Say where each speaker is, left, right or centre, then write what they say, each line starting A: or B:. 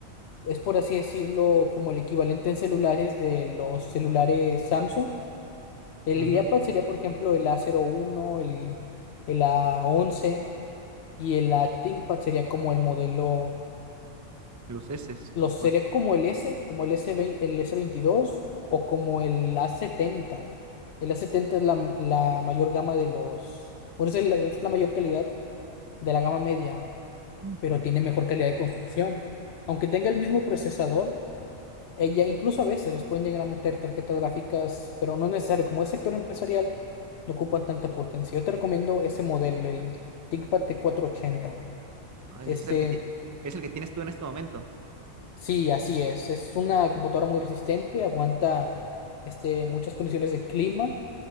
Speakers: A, on the left; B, on the right.
A: Es por así decirlo como el equivalente en celulares de los celulares Samsung El
B: ujú.
A: IdeaPad sería, por ejemplo, el a cero uno el, el a once y el A ThinkPad sería como el modelo,
B: Los S,
A: los
B: lo cual.
A: sería como el S, como el S20, el s veintidós o como el a setenta El a setenta es la, la mayor gama de los, por eso es la es la mayor calidad de la gama media,
B: Ujú.
A: pero tiene mejor calidad de construcción. Aunque tenga el mismo procesador, Ella, incluso a veces les pueden llegar a meter tarjetas gráficas, pero no es necesario. Como es sector empresarial, no ocupan tanta potencia. Yo te recomiendo ese modelo, el ThinkPad t cuatrocientos ochenta
B: Ah,
A: Este,
B: y es el que ti- es el que tienes tú en este momento.
A: sí, así es. Es una computadora muy resistente, aguanta este, muchas condiciones de clima,